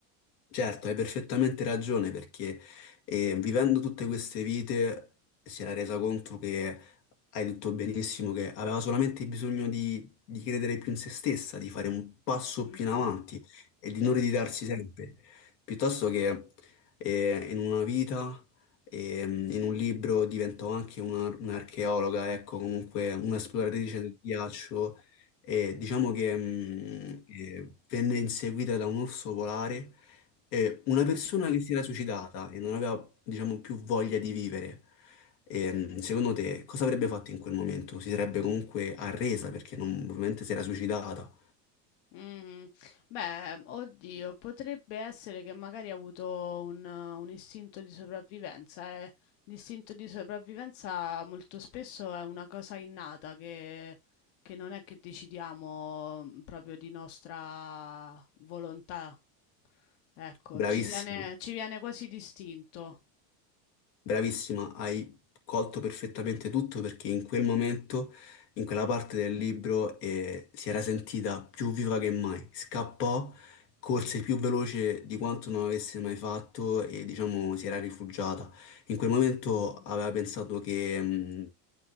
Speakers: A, on the left; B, on the left.
A: Certo, hai perfettamente ragione perché eh, vivendo tutte queste vite si era resa conto che, hai detto benissimo, che aveva solamente bisogno di, di credere più in se stessa, di fare un passo
B: Mm,
A: più in
B: mm,
A: avanti e di
B: certo.
A: non ritirarsi sempre, piuttosto che eh, in una vita, ehm, in un libro diventò anche una- un'archeologa, ecco, comunque un'esploratrice del ghiaccio e diciamo che mh, eh, venne inseguita da un orso polare e una persona che si era suicidata e non aveva, diciamo, più voglia di vivere, ehm, secondo te cosa avrebbe fatto in quel momento? Si sarebbe comunque arresa perché non- ovviamente si era suicidata.
B: Mh-mh. Beh, ehm, oddio, potrebbe essere che magari ha avuto un un istinto di sopravvivenza, eh. L'istinto di sopravvivenza molto spesso è una cosa innata che che non è che decidiamo, mhmm, proprio di nostra volontà. Ecco,
A: Bravissimo.
B: ci viene ci viene quasi d'istinto.
A: Bravissima, hai colto perfettamente tutto perché in quel momento, in quella parte del libro, eh, si era sentita più viva che mai. Scappò, corse più veloce di quanto non avesse mai fatto e diciamo si era rifugiata. In quel momento
B: Mh-mh.
A: aveva pensato che, mh,